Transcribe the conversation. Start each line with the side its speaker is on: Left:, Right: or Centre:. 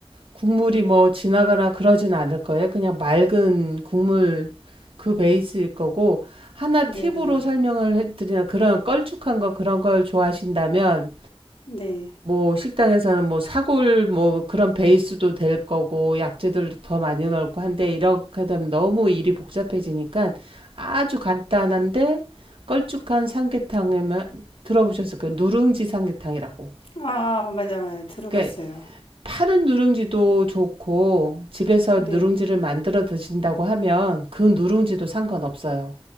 Right: 국물이 뭐 진하거나 그러진 않을 거예요. 그냥 맑은 국물 그 베이스일 거고 하나
Left: 네네
Right: 팁으로 설명을 해드리면 그런 걸쭉한 거 그런 걸 좋아하신다면
Left: 네네아
Right: 뭐 식당에서는 뭐 사골 뭐 그런 베이스도 될 거고 약재들 더 많이 넣고 한데 이렇게 되면 너무 일이 복잡해지니까 아주 간단한데 걸쭉한 삼계탕에만 들어보셨을 거예요. 누룽지 삼계탕이라고.
Left: 맞아 맞아 들어봤어요
Right: 그러니까 파는 누룽지도 좋고 집에서
Left: 네네
Right: 누룽지를 만들어 드신다고 하면 그 누룽지도 상관없어요.